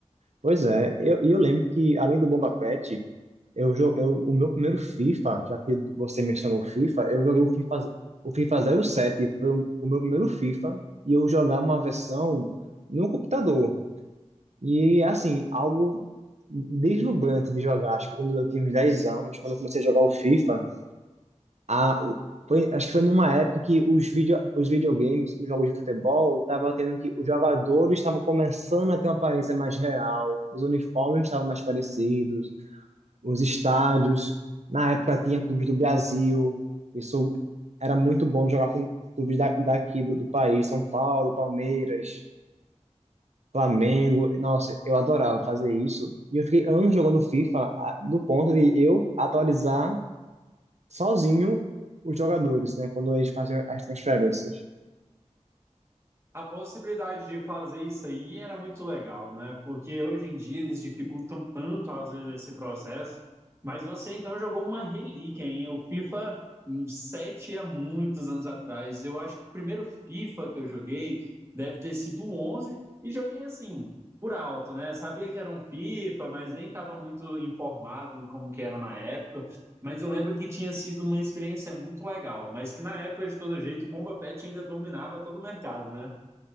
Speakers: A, on the right; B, on the right.
A: Pois é, eu, e eu lembro que, além do bomba pet, Eu, jo- eu, o meu primeiro FIFA, já que você mencionou o FIFA, eu joguei o FIFA, o FIFA zero sete foi o, o meu primeiro FIFA, e eu jogava uma versão no computador. E, assim, algo deslumbrante de jogar. Acho que quando eu tinha uns 10 anos, quando eu comecei a jogar o FIFA, a, o- foi, acho que foi numa época que os, video, os videogames, os jogos de futebol, estavam tendo que os jogadores estavam começando a ter uma aparência mais real, os uniformes estavam mais parecidos os estádios. Na época tinha clubes do Brasil. Isso era muito bom de jogar com clubes da, daqui do, do país, São Paulo, Palmeiras, Flamengo. Nossa, eu adorava fazer isso. E eu fiquei anos jogando FIFA a- do ponto de eu atualizar sozinho os jogadores, né? Quando eles faziam as transferências.
B: A possibilidade de fazer isso aí era muito legal, né? Porque hoje em dia eles dificultam tanto, às vezes, esse processo. Mas você então jogou uma relíquia, hein? O FIFA um 7 há muitos anos atrás. Eu acho que o primeiro FIFA que eu joguei deve ter sido o 11 e joguei assim, por alto, né? Sabia que era um FIFA, mas nem estava muito informado do como que era na época. Mas eu lembro que tinha sido uma experiência muito legal, mas que na época, de todo jeito, o Bomba Pet ainda dominava todo o mercado, né?